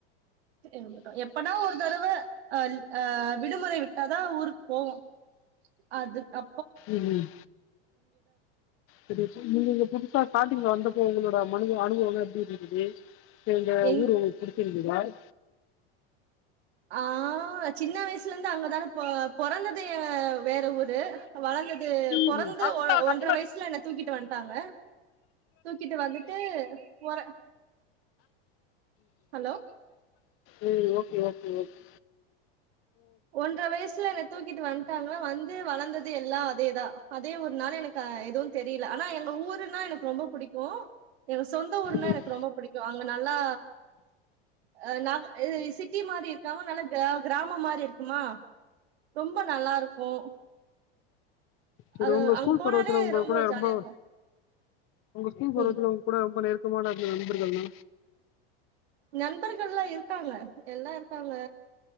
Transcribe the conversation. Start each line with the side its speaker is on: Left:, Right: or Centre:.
Right: த் இந்துடோ எப்பனா ஒரு தடவ அ லீ ஆ விடுமுறை விட்டாதா ஊருக்கு போவோ அது அ
Left: ம் ம் <unintelligible> நீங்கங்க புதுசா ஸ்டாடிங்கல வந்தப்போ இப்ப உங்களோட மனத அனுபவங்க எப்படி இருந்தது. எங்க
Right: எங்
Left: ஊரு உங்களுகு புடி புடிச்சிருந்ததா வாய்
Right: ஆ சின்ன வயசுல இருந்து அங்கதானே பொ பொறந்தது வேற ஊரு வளந்தது.
Left: ம்
Right: பொறந்து
Left: ம் ம்
Right: ஒன்றரை வயசுல என்ன தூக்கிட்டு வண்டாங்க. தூக்கிட்டு வந்துட்டு பொற ஹலோ
Left: உம் ஓக்கே ஓக்கே ஓக்கே
Right: ஒன்ற வயசுல என்ன தூக்கிட்டு வந்துட்டாங்க வந்து வளந்தது எல்லா அதேதா அதே ஒரு நாள். எனக்கு எதுவு தெரியல. ஆனா எங்க ஊருன்னா எனக்கு ரொம்ப பிடிக்கு எனக்கு சொந்த ஊருன்னா
Left: ம்
Right: எனக்கு ரொம்ப பிடிக்கு அங்க நல்லா ச் ஆ நாங்க இ சிட்டி மாரி இருக்காம நல்ல க கிராம மாரி இருக்கு கும்மா ரொம்ப நல்லா இருக்கு
Left: செரி
Right: அது
Left: உங்க
Right: அங்க
Left: ஸ்கூல்
Right: போனாலே
Left: பருவத்துல உங்க கூட
Right: ஜாலியா
Left: ரொம்ப
Right: இருக்கு
Left: உங்க ஸ்கூல் பருவத்துல
Right: ம்
Left: உங்க கூட ரொம்ப நெரு க்கமான இருந்த நண்பர்கள்னா
Right: நண்பர்கள் இல்லா இருக்காங்க. எல்லா இருக்காங்க